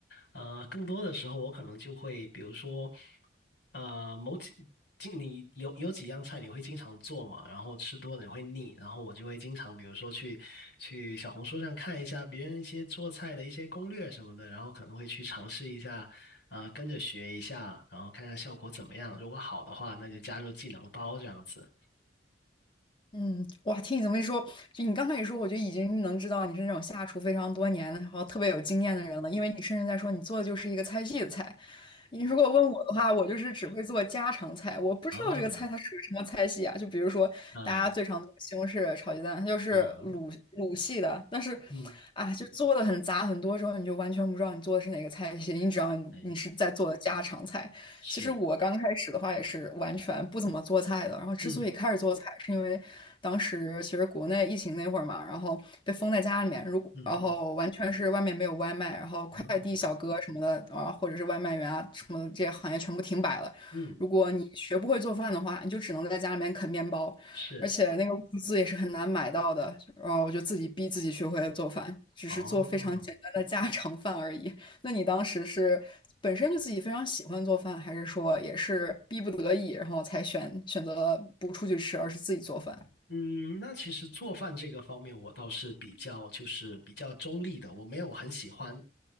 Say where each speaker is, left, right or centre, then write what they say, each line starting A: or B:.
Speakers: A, on the left; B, on the left.
A: 呃，更多的时候我可能就会，比如说，呃，某几，经你有有几样菜你会经常做嘛，然后吃多了你会腻，然后我就会经常，比如说去去小红书上看一下别人一些做菜的一些攻略什么的，然后可能会去尝试一下。啊，跟着学一下，然后看看效果怎么样。如果好的话，那就加入技能包这样子。
B: 嗯，哇，听你这么一说，就你刚开始说，我就已经能知道你是那种下厨非常多年的，然后特别有经验的人了，因为你甚至在说你做的就是一个菜系的菜。你如果问我的话，我就是只会做家常菜，我不知道这个菜它属于什么菜系啊。
A: 啊，
B: 就比如说大家最常做的西红柿炒鸡蛋，
A: 嗯
B: 它就是鲁鲁系的，
A: 嗯，
B: 但是
A: 嗯，
B: 啊，就做的很杂很多之后，你就完全不知道你做的是哪个菜系，你只要你你是在做的家常菜。
A: 哎，是，
B: 其实我刚开始的话也是完全不怎么做菜的，然后之所以开始做菜，
A: 嗯
B: 是因为当时其实国内疫情那会儿嘛，然后被封在家里面，如果然后完全是外面没有外卖，
A: 嗯嗯
B: 然后快递小哥什么的啊，
A: 嗯
B: 或者是外卖员啊什么的这些行业全部停摆了。
A: 嗯，
B: 如果你学不会做饭的话，你就只能在家里面啃面包，
A: 是。
B: 而且那个物资也是很难买到的。然后我就自己逼自己学会了做饭，只是做非常简单的家常饭而已。
A: 哦，
B: 那你当时是本身就自己非常喜欢做饭，还是说也是逼不得已，然后才选选择不出去吃，而是自己做饭？
A: 嗯，那其实做饭这个方面，我倒是比较就是比较中立的，我没有很喜欢，